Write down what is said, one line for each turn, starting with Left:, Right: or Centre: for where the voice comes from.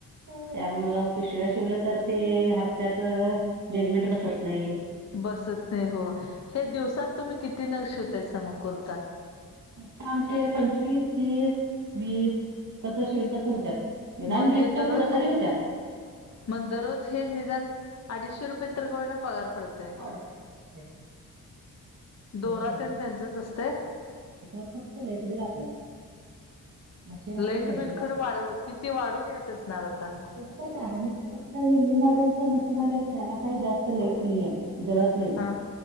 Right: त्यामुळं पिशव्या शिवल्या तर. ते हप्त्याच जजमेंट बसत नाही.
Left: बसत नाही. हो. ते दिवसात तुम्ही किती नग शिवतायसा. मग कुर्ता.
Right: आता आमचे पंचवीस, तीस, वीस. तस शिवील तसं होत्यात. निदान
Left: मग
Right: वीसच्या
Left: हे दररोज
Right: पुढं तरी होत्यात.
Left: मग दररोज हे निदान. अडीचशे रुपये तरी का होईना पगार पडतय.
Right: पडतेय पडतेय. तेवड
Left: दोरा
Right: पडते.
Left: तेन त्यांचंच असतय.
Right: फक्त लाईट बिल आपलं. मशीन
Left: लाईट
Right: आपलं
Left: बिल खरं
Right: आपलं.
Left: वाढ, किती वाढून येत असणार आता.
Right: गर्मेंट मध्ये हे न्यू मॉडेलच मशीन आले. त्याला काही जास्त लाईट नाहीये. जळत नाही.
Left: हा